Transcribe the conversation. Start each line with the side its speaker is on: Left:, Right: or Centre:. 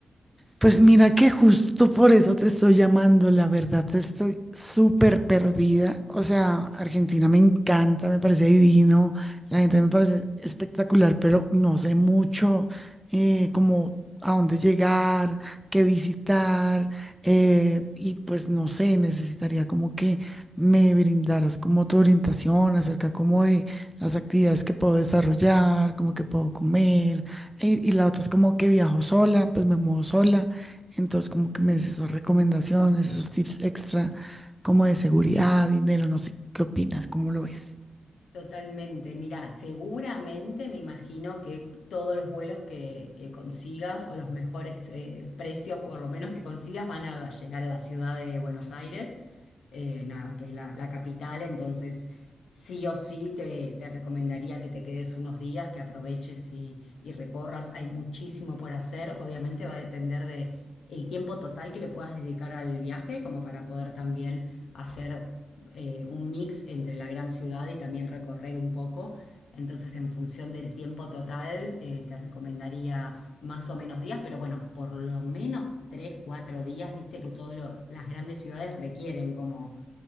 Centre: Pues mira que justo por eso te estoy llamando, la verdad, estoy súper perdida. O sea, Argentina me encanta, me parece divino, la gente me parece espectacular, pero no sé mucho eh, como a dónde llegar, qué visitar, eh, y pues no sé, necesitaría como que me brindaras como tu orientación acerca como de las actividades que puedo desarrollar, como que puedo comer. Y, y la otra es como que viajo sola, pues me muevo sola. Entonces, como que me des esas recomendaciones, esos tips extra, como de seguridad, dinero, no sé, ¿qué opinas? ¿Cómo lo ves?
Left: Totalmente, mira, seguramente me imagino que todos los vuelos que, que consigas o los mejores eh, precios, por lo menos que consigas, van a llegar a la ciudad de Buenos Aires. eh, nada, que es la, la capital, entonces sí o sí te, te recomendaría que te quedes unos días, que aproveches y, y recorras. Hay muchísimo por hacer, obviamente va a depender de el tiempo total que le puedas dedicar al viaje, como para poder también hacer eh, un mix entre la gran ciudad y también recorrer un poco. Entonces, en función del tiempo total, eh, te recomendaría más o menos días, pero bueno, por lo menos tres, cuatro días, viste que todas las grandes ciudades requieren como,